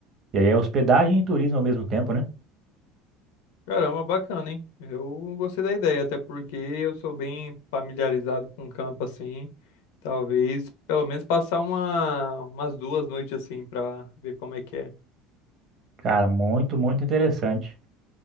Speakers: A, on the right; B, on the left.
A: E aí é hospedagem e turismo ao mesmo tempo, né?
B: Caramba, bacana, hein? Eu gostei da ideia, até porque eu sou bem familiarizado com o campo assim. Talvez pelo menos passar uma, umas duas noites assim pra ver como é que é.
A: Cara, muito, muito interessante.